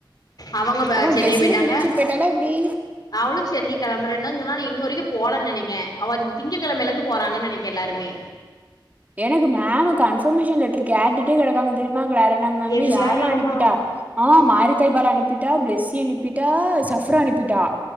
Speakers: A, on the left; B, on the right.
A: அவங்க ப
B: ஆமா
A: சென்னை
B: பிளஸ்விலா
A: போயிட்டாங்க
B: இன்டென்ஷிப் போய்ட்டாலா எப்டி
A: அவளு சென்னைக் கெளம்புறேன் தா சொன்னா ஆனா இன்ன வரைக்கு போலன் நெனைக்கே அவ திங்கக்கெழமைலருந்து போறாங்கன் நெனைக்கே எல்லாருமே
B: எனக்கு மேமு கன்ஃபர்மேஷன் லெட்ரு கேட்டுட்டே கெடக்காங்க தெரியுமா க்லாரன்டா மேமு
A: எனக்கு
B: யார்லா
A: லாரண்டமாமா
B: அனுப்பிட்டா ஆ மாரிதய்பாலா அனுப்பிட்டா பிளெஸ்ஸி அனுப்பிட்டா சஃப்ரா அனுப்பிட்டா